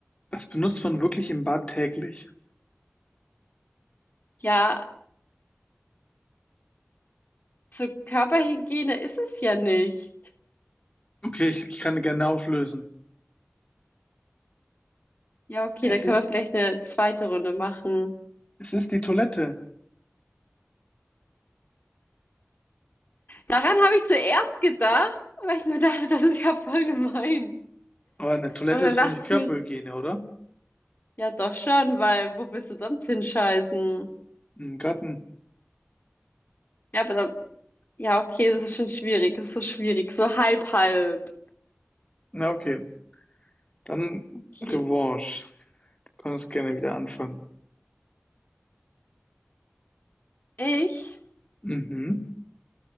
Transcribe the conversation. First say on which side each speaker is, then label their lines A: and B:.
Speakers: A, on the left; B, on the left.
A: Das benutzt man wirklich im Bad täglich.
B: Ja, zur Körperhygiene ist es ja nicht.
A: Okay, ich, ich kann gerne auflösen.
B: Ja, okay,
A: Es
B: dann können
A: ist,
B: wir vielleicht eine zweite Runde machen.
A: es ist die Toilette.
B: Daran habe ich zuerst gedacht, weil ich mir dachte, das ist ja voll gemein.
A: Aber eine Toilette
B: Und dann
A: ist
B: dachte
A: doch nicht Körperhygiene,
B: ich mir,
A: oder?
B: ja doch schon, weil wo willst du sonst hinscheißen?
A: Im Garten.
B: Ja, aber dann, ja, okay, das ist schon schwierig, das ist so schwierig, so halb halb.
A: Na, okay. Dann
B: Okay,
A: Revanche. Du kannst gerne wieder anfangen.
B: ich,
A: Mhm.